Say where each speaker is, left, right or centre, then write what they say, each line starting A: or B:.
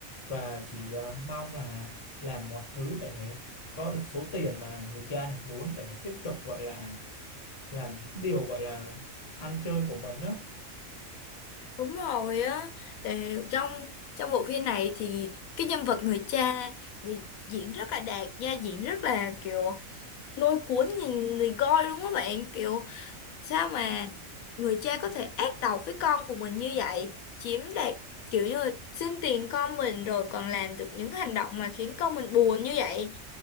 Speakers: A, on the left (about 35°); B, on the left (about 85°).
A: và chỉ ờ, mong là làm mọi thứ để có được số tiền mà người cha này muốn để tiếp tục gọi là làm những điều gọi là ăn chơi của mình á
B: Đúng rồi á, thì trong trong bộ phim này thì cái nhân vật người cha vì diễn rất là đạt, gia diễn rất là kiểu lôi cuốn người, người coi luôn á bạn, kiểu sao mà người cha có thể ác độc với con của mình như vậy chiếm đoạt kiểu như là xin tiền con mình rồi còn làm được những hành động mà khiến con mình buồn như vậy